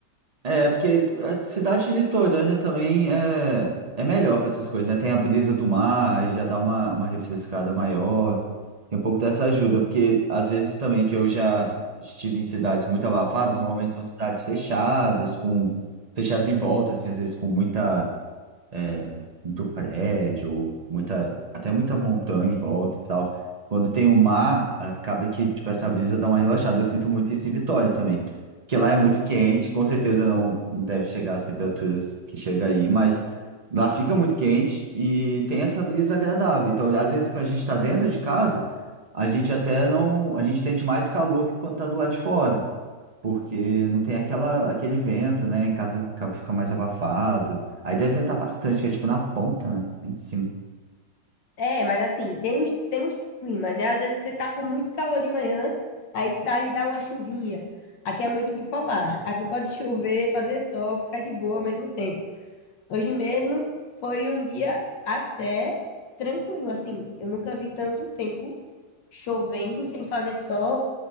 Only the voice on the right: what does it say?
É, porque a cidade litorânea também é, é melhor para essas coisas, né? Tem a brisa do mar e já dá uma, uma refrescada maior. Tem um pouco dessa ajuda, porque às vezes também que eu já estive em cidades muito abafadas, normalmente são cidades fechadas, com fechadas em volta, assim, às vezes com muita é, muito prédio, muita, até muita montanha em volta e tal. Quando tem o mar, acaba que tipo, essa brisa dá uma relaxada. Eu sinto muito isso em Vitória também, porque lá é muito quente, com certeza não, não deve chegar às temperaturas que chega aí, mas lá fica muito quente e tem essa brisa agradável. Então, às vezes, quando a gente está dentro de casa, a gente até não, a gente sente mais calor do que quando está do lado de fora porque não tem aquela, aquele vento, né? Em casa acaba- fica mais abafado. Aí deve ventar bastante, que é tipo na ponta, né? Em cima.